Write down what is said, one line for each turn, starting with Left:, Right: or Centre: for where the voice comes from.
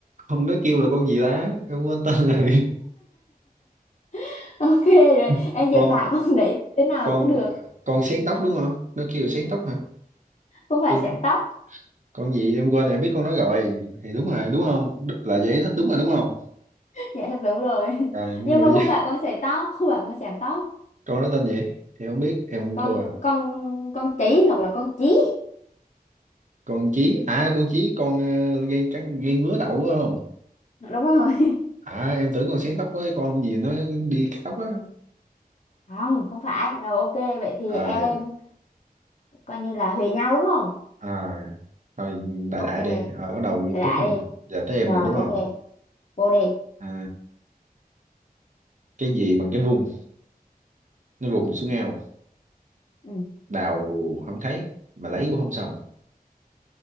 Right: con đó kêu là con gì ta em quên tên rồi
Left: <laughs> ok rồi
Right: <laughs>
Left: em
Right: con
Left: diễn tả con đấy thế nào
Right: con
Left: cũng được
Right: ờ, con sén tóc đúng không nó kêu là sén tóc hả
Left: không phải
Right: con,
Left: sáng tóc
Right: con gì em quên em biết con nó rồi thì đúng rồi đúng không Đ- là giải thích đúng rồi đúng không
Left: dạ thật đúng rồi
Right: rồi
Left: <laughs>
Right: nhưng
Left: nhưng
Right: mà
Left: mà
Right: bây
Left: không
Right: giờ
Left: phải con sợi tóc không phải con sáng tóc
Right: <laughs> con đó tên gì thì không biết em
Left: con
Right: thua
Left: con con chỉ hoặc là con chí
Right: con chí à con chí con ờ, gây cắn gây ngứa đậu phải không
Left: đúng rồi
Right: à em tưởng con sén tóc với con gì nó đi cắt tóc á
Left: <laughs> không không phải rồi ok vậy thì
Right: à
Left: em coi như là huề nhau đúng không
Right: à, thôi đại
Left: ok
Right: đại đi rồi bắt đầu nghiêm
Left: đã
Right: túc hơn
Left: đi
Right: nè. giờ tới em
Left: rồi
Right: nè đúng
Left: ok
Right: không
Left: vô đi
Right: à, cái gì bằng cái vùng nó vùng xuống ao
Left: ừ.
Right: đào không thấy mà lấy cũng không xong